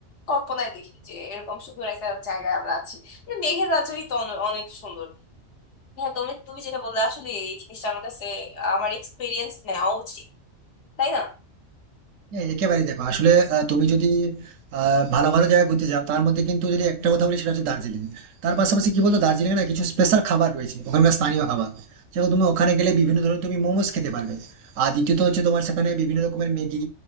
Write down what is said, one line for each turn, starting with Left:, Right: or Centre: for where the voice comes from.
Left: কল্পনায় দেখি যে এরকম সুন্দর একটা জায়গায় আমরা আছি কিন্তু মেঘের রাজ্যই তো অন- অনেক সুন্দর হ্যাঁ তুমি তুমি যেটা বললে আসলে এই জিনিসটা আমার কাছে আমার এক্সপিরিয়েন্স নেওয়া উচিত তাই না
Right: হ্যাঁ, একেবারেই দেখো আসলে আহ, তুমি যদি আহ, ভালো ভালো জায়গায় ঘুরতে যাও তার মধ্যে কিন্তু যদি একটা কথা বলি সেটা হচ্ছে দার্জিলিং তার পাশাপাশি কি বলতো দার্জিলিং না কিছু স্পেশাল খাবার রয়েছে ওখানকার স্থানীয় খাবার যেমন তুমি ওখানে গেলে বিভিন্ন ধরনের তুমি মোমোস খেতে পারবে আর দ্বিতীয়ত হচ্ছে তোমার সেখানে বিভিন্ন রকমের ম্যাগি